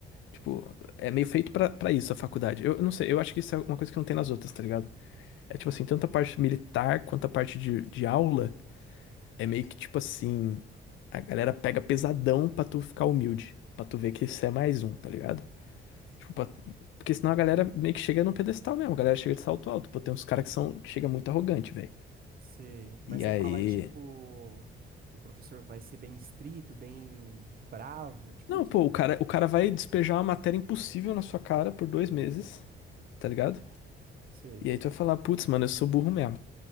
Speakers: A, on the left (about 75°); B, on the right (about 50°).
A: Tipo, é meio feito pra, pra isso a faculdade. Eu, eu não sei, eu acho que isso é uma coisa que não tem nas outras, tá ligado? É tipo assim, tanto a parte militar quanto a parte de, de aula é meio que tipo assim, a galera pega pesadão pra tu ficar humilde, pra tu ver que isso é mais um, tá ligado? Tipo, pra- porque senão a galera meio que chega num pedestal mesmo, a galera chega de salto alto, pô, tem uns caras que são que chega muito arrogante, velho.
B: Sei. Mas
A: E
B: você
A: aí,
B: fala, tipo, o professor vai ser bem estrito, bem bravo, tipo
A: não,
B: isso?
A: pô, o cara, o cara vai despejar uma matéria impossível na sua cara por dois meses, tá ligado?
B: Sei.
A: E aí tu vai falar, putz, mano, eu sou burro mesmo.